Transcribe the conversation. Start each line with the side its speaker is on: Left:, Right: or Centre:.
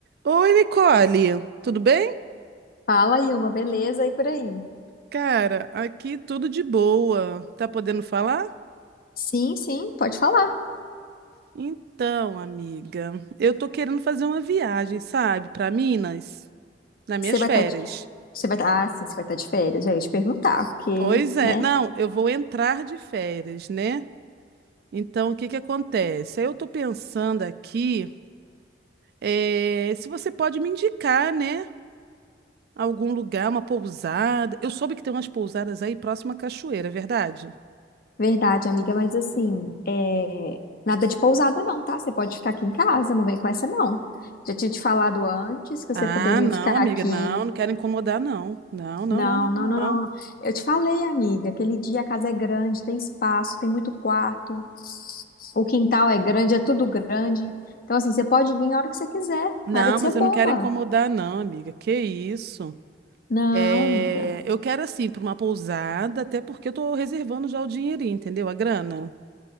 Right: Oi, Nicole, tudo bem?
Left: Fala, Ilma, beleza? E por aí?
Right: Cara, aqui tudo de boa. Tá podendo falar?
Left: Sim, sim, pode falar.
Right: Então, amiga, eu tô querendo fazer uma viagem, sabe, para Minas, nas minhas
Left: Você vai
Right: férias.
Left: estar de... você vai tá... Ah, sim, você vai estar de férias, já ia te perguntar, porque,
Right: Pois é,
Left: né?
Right: não, eu vou entrar de férias, né? Então, o que que acontece? Aí Eu tô pensando aqui, eh, se você pode me indicar, né, algum lugar, uma pousada. Eu soube que tem umas pousadas aí próxima à cachoeira, é verdade?
Left: Verdade, amiga, mas assim, é... nada de pousada não, tá? Você pode ficar aqui em casa, não vem com essa não. Já tinha te falado antes que
Right: Ah,
Left: você poderia
Right: não,
Left: ficar
Right: amiga,
Left: aqui.
Right: não, não quero incomodar, não. Não, não,
Left: Não,
Right: não, não, não,
Left: não, não,
Right: não.
Left: não. Eu te falei, amiga, aquele dia a casa é grande, tem espaço, tem muito quarto, o quintal é grande, é tudo grande. Então, assim, você pode vir a hora que você quiser.
Right: Não,
Left: Para de
Right: mas
Left: ser
Right: eu
Left: boba.
Right: não quero incomodar, não, amiga. Que isso?
Left: Não,
Right: É,
Left: amiga.
Right: eu quero, assim, para uma pousada, até porque eu tô reservando já o dinheirinho, entendeu? A grana.